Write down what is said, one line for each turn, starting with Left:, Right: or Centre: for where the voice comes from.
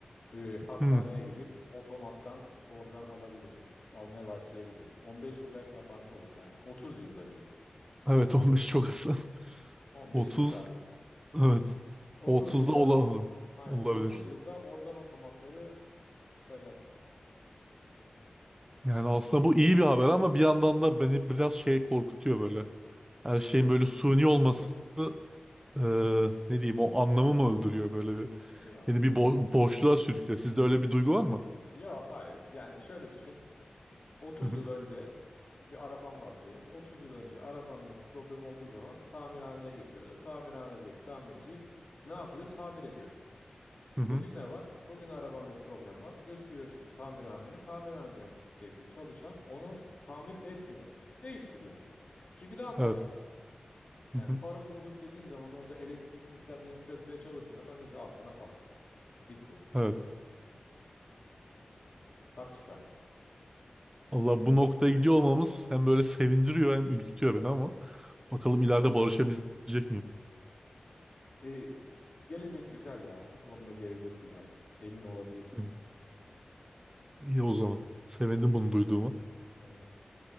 Left: e, hastaneye
Right: Hı.
Left: gidip otomattan organ alabiliriz. Almaya başlayabiliriz. 15 yıl belki abartı oldu belki. 30 yılda diyelim.
Right: Evet <laughs> 15 çok az. <laughs>
Left: 15
Right: 30
Left: kısa.
Right: evet.
Left: 30
Right: 30'da
Left: yılda
Right: ola
Left: aynen
Right: olabilir.
Left: 30 yılda organ otomatları çıkacaktır.
Right: Yani aslında bu iyi bir haber ama bir yandan da beni biraz şey korkutuyor böyle. Her şeyin böyle suni olması e, ne diyeyim o anlamı mı öldürüyor böyle bir
Left: Ne ya?
Right: beni bir bo boşluğa sürüklüyor. Sizde öyle bir duygu var mı?
Left: Ya hayır. Yani şöyle düşün. 30
Right: Hı hı.
Left: yıl önce bir araban var diyelim. 30 yıl önce arabanla bir problem olduğu zaman tamirhaneye götürüyordun. Tamirhanedeki tamirci ne yapıyordu? Tamir ediyordu.
Right: Hı hı.
Left: Bugün ne var? Bugün arabanda bir problem var. Götürüyorsun tamirhaneye. Tamirhanedeki çalışan onu tamir etmiyor. Değiştiriyor. Çünkü daha kolay.
Right: Evet. Hı
Left: Yani
Right: hı.
Left: farın bozuk dediğin zaman orada elektrik sistemlerini çözmeye çalışmıyor. Adam diyor ki al sana far. Bitti.
Right: Evet.
Left: Tak çıkar.
Right: Allah bu noktaya gidiyor olmamız hem böyle sevindiriyor hem ürkütüyor beni ama bakalım ileride barışabilecek miyim?
Left: E, gelecek güzel ya. Bu konuda gelecek güzel. Emin olabilirsin.
Right: Hı. İyi o zaman. Sevindim bunu duyduğuma.
Left: Hmm.